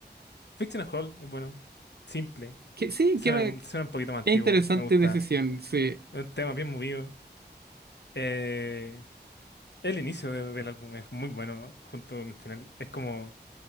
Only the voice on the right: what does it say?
Que, sí,
qué, va-
qué interesante
decisión, sí.